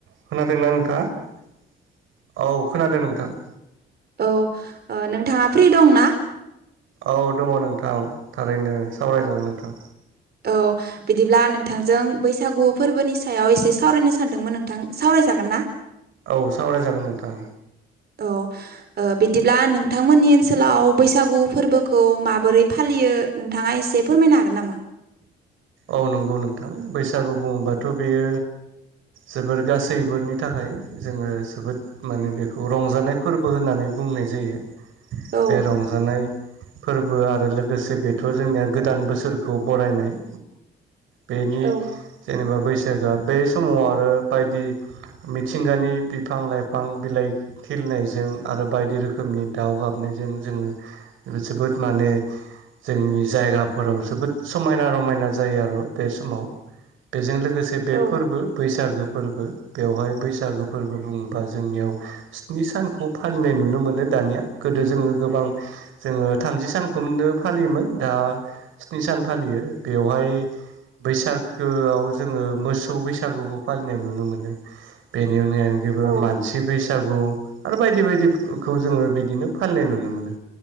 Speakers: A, on the right; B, on the right.
A: खोनादोंना नोंथाङा औ खोनादों नोंथां।
B: औ ओ नोंथाङा फ्रि दं ना?
A: औ दङ नोंथां थारैनो सावरायजागोन नोंथां।
B: औ बिदिब्ला नोंथांजों बैसागु फोरबोनि सायाव एसे सावरायनो सानदोंमोन नोंथां सावरायजा जागोन ना?
A: औ सावराय जागोन नोंथां।
B: औ ओ बिदिब्ला नोंथांमोननि ओनसोलाव बैसागु फोरबोखौ माबोरै फालियो नोंथाङा एसे फोरमायनो हागोन नामा?
A: औ नंगौ नोंथां बैसागु बुङोबाथ' बियो जोबोर गासैबोनि थाखाय जोङो जोबोद माने बेखौ रंजानाय फोरबो होननानै बुंनाय जायो
B: औ
A: बे रंजानाय फोरबो आरो लोगोसे बेथ' जोंनिया गोदान बोसोरखौ बरायनाय बेनि
B: औ
A: जेनेबा बैसागो बे समाव आरो बायदि मिथिंगानि बिफां लाइफां बिलाइ खिलनायजों आरो बायदि रोखोमनि दाउ गाबनायजों जोङो जोबोद माने जोंनि जायगाफोराव जोबोद समायना रमायना जायो आरो बे समाव बेजों लोगोसे बे
B: औ
A: फोरबो बैसागो फोरबो बेवहाय बैसागो फोरबो बुङोबा जोंनियाव स्नि सानखौ फालिनाय नुनो मोनो। दानिया गोदो जोङो गोबां जोङो थामजि सानखौनो फालियोन दा स्नि सान फालियो बेवहाय बैसागोआव जोङो मोसौ बैसागोखौ फालिनाय नुनो मोनो बेनि <unintelligible>
B: औ
A: मानसि बैसागु आरो बायदि बायदिखौ जोङो बिदिनो फालिनाय नुनो मोनो